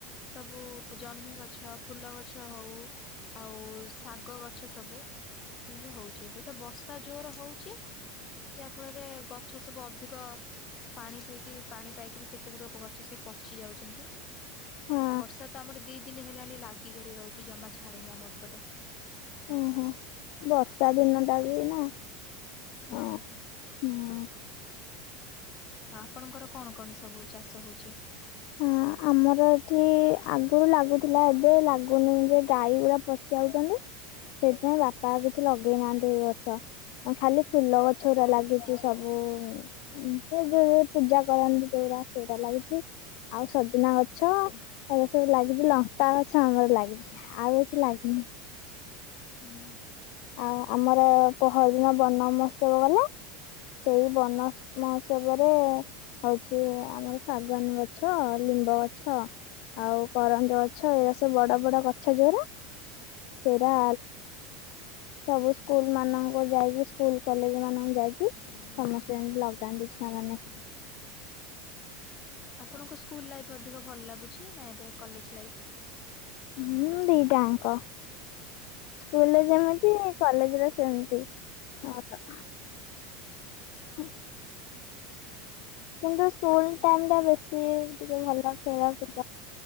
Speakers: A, on the left; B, on the left.
A: ସବୁ ଜହ୍ନି ଗଛ ଫୁଲ ଗଛ ହଉ ଆଉ ଶାଗ ଗଛ ସବୁ ଏସବୁ ହଉଛି ଏବେ ତ ବର୍ଷା ଜୋର ହଉଛି ଯାହା ଫଳରେ ଗଛ ସବୁ ଅଧିକ ପାଣି ପିଇକି ପାଣି ପାଇକି ବି କେତେ ଗୁଡ଼ଏ ଗଛ ସବୁ ପଚି ଯାଉଛନ୍ତି।
B: ହଁ
A: ବର୍ଷା ତ ଆମର ଦି ଦିନ ହେଲାଣି ଲାଗିିକରି ରହୁଛି ଜମା ଛାଡୁନି ଆମ ଉପଟେ।
B: ଓହୋ ବର୍ଷା ଦିନ ଟା ବି ନା ହେଁ
A: ହଁ।
B: ହଁ।
A: ଆପଣଙ୍କର କଣ କଣ ସବୁ ଚାଷ ହଉଛି?
B: ହଁ ଆମର ଏଠି ଆଗରୁ ଲାଗୁଥିଲା ଏବେ ଲାଗୁନି ଯେ ଗାଈ ଗୁଡା ପସି ଯାଉଛନ୍ତି ସେଥିପାଇଁ ବାପା ବା କିଛି ଲଗେଇ ନାହାନ୍ତି ଏଇ ବର୍ଷ ଖାଲି ଫୁଲ ଗଛ ଗୁରା ଲାଗିଛି। ସବୁ ସେ ଯୋଉ ଯୋଉ ପୂଜା କରନ୍ତି ଯୋରା ସେଇରା ଲାଗିଛି। ଆଉ ସଜନା ଗଛ ଏରା ସବୁ ଲାଗିଛି ଲଙ୍କା ଗଛ ଆମର ଲାଗିଛି। ଆଉ କିଛି ଲାଗନି।
A: ହୁଁ।
B: ଆଉ ଆମର ପହରଦିନ ବନ ମହୋତ୍ସବ ଗଲା ସେଇ ବନ
A: ଆଚ୍ଛା।
B: ମହୋ ଉତ୍ସବରେ ହଉଛି ଆମର ଶାଗୁଆନ ଗଛ ଲିମ୍ବ ଗଛ। ଆଉ କରଞ୍ଜ ଗଛ ଏଇଟା ସବୁ ବଡ ବଡ ଗଛ ଯୋଉରା ସେରା। ସବୁ ସ୍କୁଲ ମାନଙ୍କୁ ଯାଇକି ସ୍କୁଲ କଲେଜ ମାନଙ୍କୁ ଯାଇକି ସମସ୍ତେ ଯାଇକି ଲଗାନ୍ତି ଛୁଆମାନେ।
A: ଆପଣଙ୍କୁ ସ୍କୁଲ ଲାଇଫ୍ ଅଧିକ ଭଲ ଲାଗୁଛି ନା ଏବେ କଲେଜ ଲାଇଫ୍?
B: ହୁଁ ଦିଟାଙ୍କ। ସ୍କୁଲ ରେ ଯେମିତି
A: ଆଚ୍ଛା।
B: କଲେଜରେ ସେମିତି ଆଉ। ହୁଁ କିନ୍ତୁ ସ୍କୁଲ ଟାଇମ୍ ଟା ବେଶୀ ଟିକେ ଭଲ ଖେଳକୁଦ